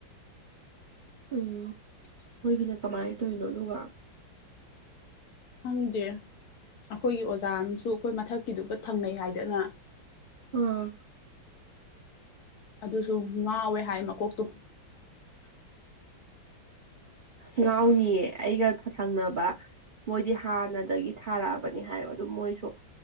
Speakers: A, on the right; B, on the left.
A: ꯎꯝ ꯈꯣꯏꯒꯤꯅ ꯀꯃꯥꯏ ꯇꯧꯔꯤꯅꯣ ꯑꯗꯨꯒ
B: ꯈꯪꯗꯦ ꯑꯩꯈꯣꯏꯒꯤ ꯑꯣꯖꯥ ꯑꯃꯁꯨ ꯑꯩꯈꯣꯏ ꯃꯊꯛꯀꯤꯗꯨꯒ ꯊꯪꯅꯩ ꯍꯥꯏꯗꯅ
A: ꯑꯥ
B: ꯑꯗꯨꯁꯨ ꯉꯥꯎꯋꯦ ꯍꯥꯏ ꯃꯀꯣꯛꯇꯣ
A: ꯉꯥꯎꯅꯤꯌꯦ ꯑꯩꯒ ꯊꯪꯅꯕ ꯃꯣꯏꯗꯤ ꯍꯥꯟꯅꯗꯒꯤ ꯊꯥꯔꯛꯑꯕꯅꯤ ꯍꯥꯏ ꯑꯗꯨꯝ ꯃꯣꯏꯁꯨ